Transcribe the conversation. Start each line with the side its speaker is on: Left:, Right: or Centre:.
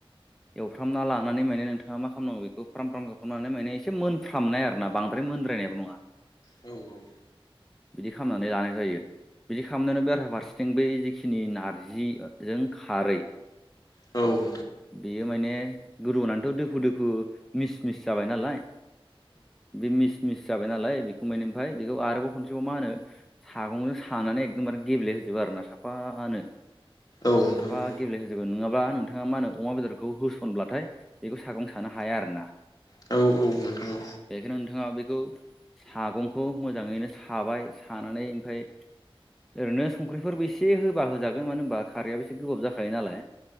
Centre: एवफ्रामना लान नै नोंथाङा मा खालामनांगौ बेखौ फ्राम फ्राम खालामनानै माने एसे मोनफ्रामनाय आरो ना बांद्राय मोनद्रायनायबो नङा
Left: औ औ
Centre: बिदि खालामनानै लानाय जायो बिदि खालामनोनो बेरहा फारसेथिं बै नि नारजिजों खारै
Left: औ
Centre: बेयो माने गोदौनानैथ' दोफु दोफु मिस मिस जाबाय नालाय बे मिस मिस जाबाय नालाय बेखौ मानि ओमफ्राय बेखौ आरोबाव खनसेबाव मा होनो सागंजों सानो नानै एकदमबारे गेब्ले होजोबो आरोना साफानो
Left: औ नोंथां
Centre: साफा
Left: औ
Centre: गेब्लेहोजोबगोन नङाबा नोंथाङा मा होनो अमा बेदरखौ होसनब्लाथाय बेखौ सागं सानो हाया आरोना
Left: औ नोंथां औ
Centre: बेखायनो नोंथाङा बे बेखौ सागंखौ मोजाङैनो साबाय सानानै ओमफ्राय ओरैनो संख्रिफोरबो एसे होब होबा होजागोन मानो होनोमबा खारैआ एसे गोबाब जाखायो नालाय